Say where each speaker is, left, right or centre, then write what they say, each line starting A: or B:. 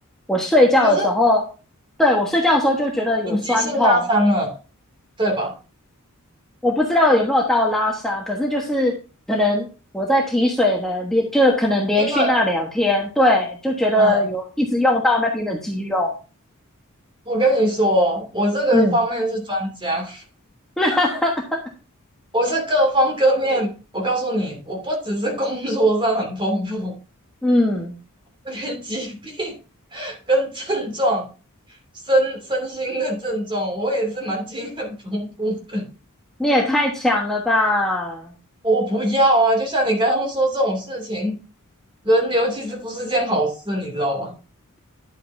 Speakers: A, in the centre; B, on the right (about 25°).
A: 我睡觉的时候，
B: 可是
A: 对，我睡觉的时候就觉得有酸痛，
B: 你急性拉伤了，对吧？
A: 我不知道有没有到拉伤，可是就是可能我在提水呢，连就是可能连续那两天，
B: 因为
A: 对，就觉得有一直用到那边的肌肉，
B: 嗯，我跟你说，我这个方面是专家，
A: 嗯 <laughs>
B: 我是各方各面。我告诉你，我不只是工作上很丰富，
A: 嗯。
B: 我连疾病跟症状、身身心的症状，我也是蛮经验丰富的。
A: 你也太强了吧！
B: 我不要啊！就像你刚刚说这种事情，轮流其实不是件好事，你知道吗？